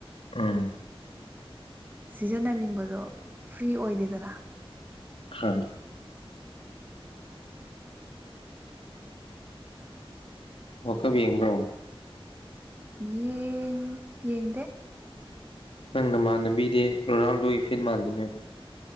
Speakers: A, on the left; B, on the right.
A: ꯎꯝ
B: ꯁꯤꯖꯤꯟꯅꯅꯤꯡꯕꯗꯣ ꯐ꯭ꯔꯤ ꯑꯣꯏꯗꯦꯗꯅ
A: ꯍꯥ ꯑꯣ ꯈꯕꯤ ꯌꯦꯡꯕ꯭ꯔꯣ
B: ꯌꯦꯡ ꯌꯦꯡꯗꯦ
A: ꯅꯪꯅ ꯃꯥꯟꯅꯕꯤꯗꯦ ꯔꯣꯅꯥꯜꯗꯣ ꯏꯐꯦꯟ ꯃꯥꯜꯂꯤ ꯅꯪ